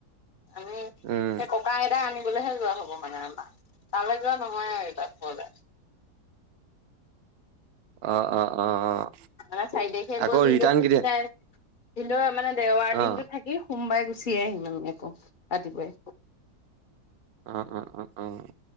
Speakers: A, on the left; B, on the right.
A: আমি
B: উম,
A: সে ককা আইতা আনি- বলেহে যোৱা হ'ব মানে আমাৰ। তালে যোৱা নহয় আৰু এতিয়া ঘৰলে।
B: অ' অ' অ' অ'।
A: ল'ৰা চাৰি তাৰিখে
B: আকৌ
A: গ'ল ভিনদেউ
B: ৰিটাৰ্ণ
A: চুটি
B: কেতিয়া?
A: নাই। ভিনদেউৱে মানে দেওাৰ দিনতটো
B: অ'
A: থাকি সোমবাৰে গুচি আহিম আমি আকৌ ৰাতিপুৱাই।
B: উ উম উম উম।